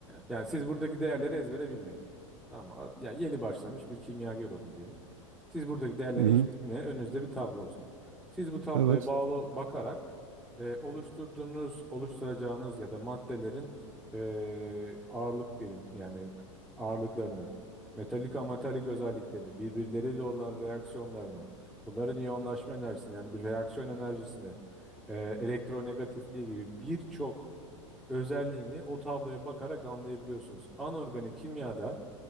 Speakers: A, in the centre; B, on the right.
A: yani siz buradaki değerleri ezbere bilmeyin. Tamam, mı? yani yeni başlamış bir kimyager olun diyelim. Siz buradaki değerlerin
B: Hı hı.
A: hiçbirini bilmeyen önünüzde bir tablo olsun. Siz bu tabloya
B: Evet.
A: bağlı bakarak e, oluşturduğunuz, oluşturacağınız ya da maddelerin e, ağırlık birim yani ağırlıklarını, metalik ametalik özelliklerini, birbirleriyle olan reaksiyonlarını, bunların iyonlaşma enerjisini yani bir reaksiyon enerjisini, e, elektronegatifliği gibi birçok özelliğini o tabloya bakarak anlayabiliyorsunuz. Anorganik kimyada